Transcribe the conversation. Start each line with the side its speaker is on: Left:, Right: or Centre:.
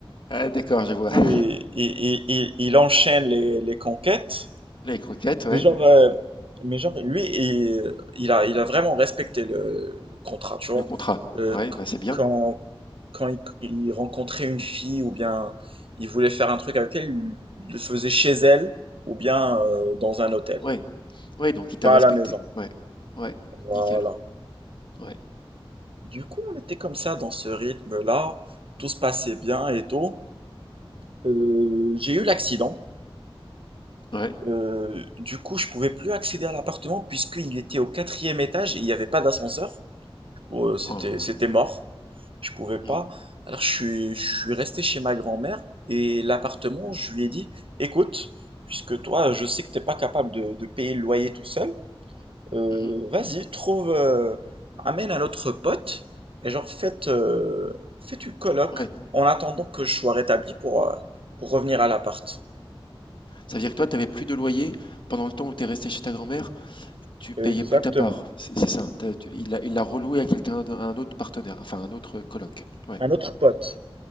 Left: Ah, d'accord, je
Right: Du
Left: vois.
Right: coup,
Left: <laughs>
Right: il, il, il- il il enchaîne les, les conquêtes.
Left: Les croquettes, ouais.
Right: Mais genre, euh, mais genre lui, il, il a, il a vraiment respecté le, le contrat, tu vois.
Left: Le contrat,
Right: Euh,
Left: ouais,
Right: qu-
Left: bah c'est bien.
Right: quand quand il, il rencontrait une fille ou bien il voulait faire un truc avec elle, il le faisait chez elle ou bien euh, dans un hôtel,
Left: Ouais, ouais, donc il t'a
Right: pas
Left: respecté.
Right: à la maison.
Left: Ouais, ouais,
Right: Voilà.
Left: nickel. Ouais,
Right: Du coup, on était comme ça dans ce rythme-là, tout se passait bien et tout. Euh, j'ai eu l'accident.
Left: ouais.
Right: Euh, du coup, je pouvais plus accéder à l'appartement puisqu'il était au quatrième étage et il n'y avait pas d'ascenseur. Du coup, euh, c'était
Left: Oh,
Right: c'était
Left: ouais.
Right: mort. Je pouvais pas.
Left: Mhm,
Right: Alors, je suis, je suis resté chez ma grand-mère et l'appartement, je lui ai dit, écoute, puisque toi, je sais que t'es pas capable de, de payer le loyer tout seul, Euh,
Left: mhm,
Right: vas-y, trouve, euh, amène un autre pote et genre faites, euh, faites une colloque
Left: ouais.
Right: en attendant que je sois rétabli pour, euh, pour revenir à l'appart.
Left: Ça veut dire que toi, t'avais plus de loyer pendant le temps où t'es resté chez ta grand-mère? Tu payais
Right: Exactement.
Left: plus ta part, c'est c'est ça. T'as- tu- il l'a il l'a reloué à quelqu'un, d'un- à un autre partenaire, enfin un autre coloc. Ouais,
Right: Un autre pote.